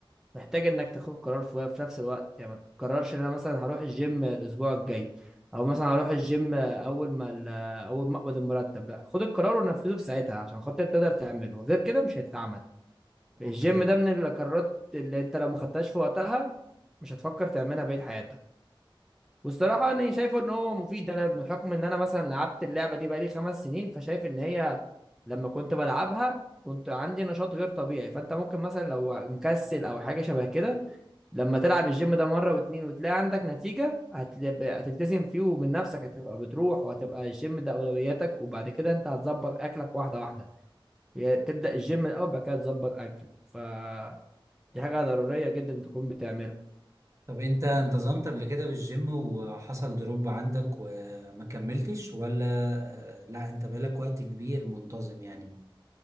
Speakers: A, in the centre; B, on the right.
A: محتاج انك تاخد قرار في في نفس الوقت يعني ما تقررش ان انا مثلا هروح الجيم الاسبوع الجاي او مثلا هروح الجيم اول ما ال- اول ما اقبض المرتب لا خد القرار ونفذه في ساعتها عشان خاطر تقدر تعمله غير كده مش هيتعمل
B: <laughs>
A: الجيم
B: اوكي
A: ده من القرارات اللي انت لو ما خدتهاش في وقتها مش هتفكر تعملها بقية حياتك والصراحة أنا شايفه إن هو مفيد أنا بحكم إن أنا مثلا لعبت اللعبة دي بقالي خمس سنين فشايف إن هي لما كنت بلعبها كنت عندي نشاط غير طبيعي فأنت ممكن مثلا لو مكسل أو حاجة شبه كده لما تلعب الجيم ده مرة واتنين وتلاقي عندك نتيجة هتل- هتلتزم فيه ومن نفسك هتبقى بتروح وهتبقى الجيم ده أولوياتك وبعد كده أنت هتظبط أكلك واحدة واحدة يعني تبدأ الجيم الأول بعد كده تظبط أكل فدي حاجة ضرورية جدا تكون بتعملها
B: طب انت انتظمت قبل كده بالجيم وحصل دروب عندك وما كملتش ولا آه، لا انت بقالك وقت كبير منتظم يعني